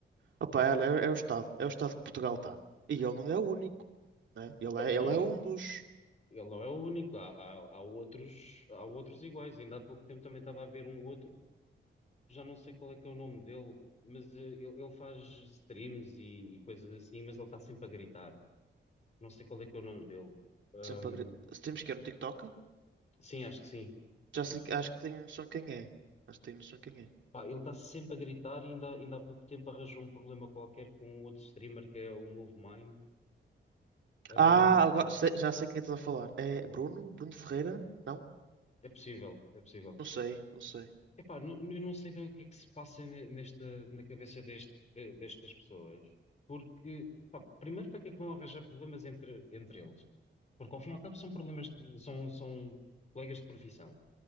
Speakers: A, on the right; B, on the left.
A: Opa, olha, é, é o Estado, é o Estado que Portugal está. E ele não é o único, né? Ele é,
B: não,
A: ele é um dos.
B: ele, Ele não é o único, há, há, há outros, há outros iguais. Ainda há pouco tempo também estava a ver um outro, já não sei qual é que é o nome dele, mas eh, ele, ele faz streams e, e coisas assim, mas ele está sempre a gritar. Não sei qual é que é o nome dele. Ahm,
A: Sempre, agre- se temos que ir no TikTok,
B: sim, acho que sim.
A: já sei, que- acho que tenho noção quem é. Acho que tenho noção quem é.
B: Pá, ele está sempre a gritar e ainda, ainda há pouco tempo arranjou um problema qualquer com um outro streamer que é o MoveMind. Ahm,
A: Ah, agora sei- já sei quem é que estás a falar. É Bruno? Bruno Ferreira? Não?
B: é possível, é possível.
A: Não sei, não sei.
B: Epá, não, eu não sei bem o que é que se passa ne- nesta, na cabeça deste- de- destas pessoas, porque, pá, primeiro, para que é que vão arranjar problemas entre, entre eles? Porque, ao fim e ao cabo, são problemas, de- são, são colegas de profissão.